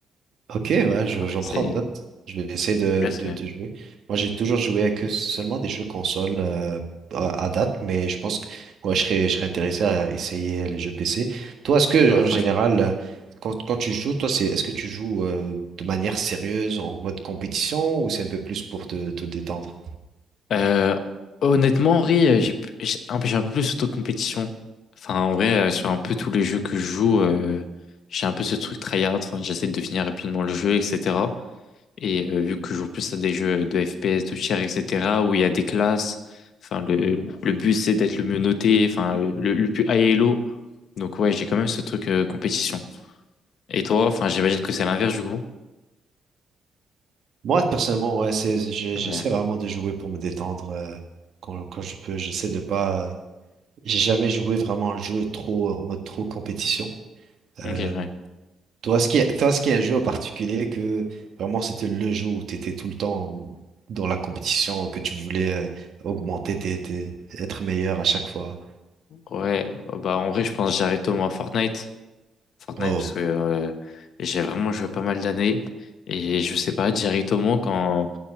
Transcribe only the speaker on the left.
Après,
c'est...
Là, c'est-
Ouais, franchement.
Euh, honnêtement, Henri, euh, j'ai p- j'ai un peu, j'ai un peu plus auto-compétition. Enfin, en vrai, euh, sur un peu tous les jeux que je joue, euh, j'ai un peu ce truc tryhard. Enfin, j'essaie de finir rapidement le jeu, etc. Et euh, vu que je joue plus à des jeux de FPS, de tir, etc., où il y a des classes, enfin, le, le but c'est d'être le mieux noté, enfin, le, le plus high elo. Donc, ouais, j'ai quand même ce truc euh, compétition. Et toi, enfin, j'imagine que c'est l'inverse du coup.
Ouais,
ok, ouais.
Ouais, euh, bah en vrai, je pense que j'arrête au moins Fortnite. Fortnite
parce que euh, j'ai vraiment joué pas mal d'années et je sais pas directement quand